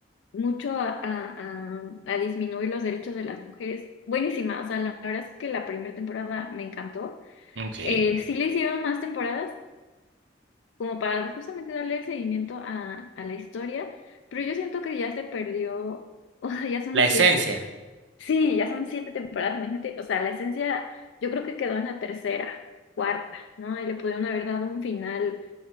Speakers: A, on the left; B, on the right.
A: mucho a, a- a- a disminuir los derechos de las mujeres. Buenísima, o sea, la verdad es que la primera temporada me encantó.
B: Ok.
A: Eh, sí le hicieron más temporadas como para justamente darle el seguimiento a, a la historia, pero yo siento que ya se perdió, <laughs> o sea, ya son
B: La
A: siete.
B: esencia.
A: Sí, ya son siete temporadas, imagínate, o sea, la esencia yo creo que quedó en la tercera, cuarta, ¿no? Y le pudieron haber dado un final,